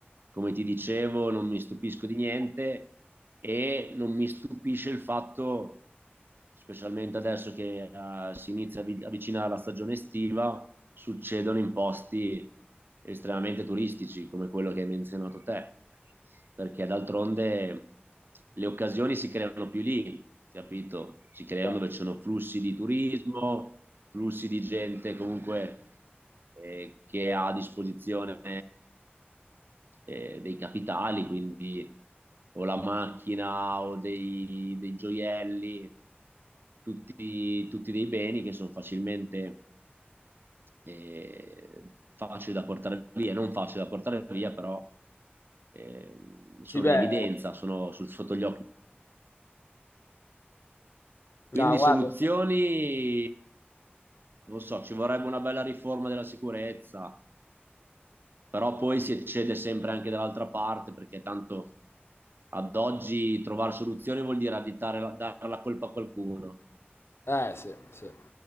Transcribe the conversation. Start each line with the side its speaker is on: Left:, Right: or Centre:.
Right: come ti dicevo, non mi stupisco di niente e non mi stupisce il fatto, specialmente adesso che eh, si inizia a vi- avvicinare la stagione estiva, succedono in posti estremamente turistici come quello che hai menzionato te perché d'altronde le occasioni si creano più lì, capito? Si creano
Left: Cioè,
Right: dove ci sono flussi di turismo, flussi di gente comunque eh, che ha a disposizione eh, dei capitali, quindi o la macchina o dei, dei gioielli, tutti, tutti dei beni che sono facilmente eh, facili da portare via, non facili da portare via, però eh, sono
Left: Sì, beh,
Right: in evidenza, sono su- sotto gli occhi.
Left: no,
Right: Quindi
Left: guarda,
Right: soluzioni, non so, ci vorrebbe una bella riforma della sicurezza, però poi si eccede sempre anche dall'altra parte, perché tanto ad oggi trovare soluzioni vuol dire additare, la- dare la colpa a qualcuno
Left: eh sì, sì.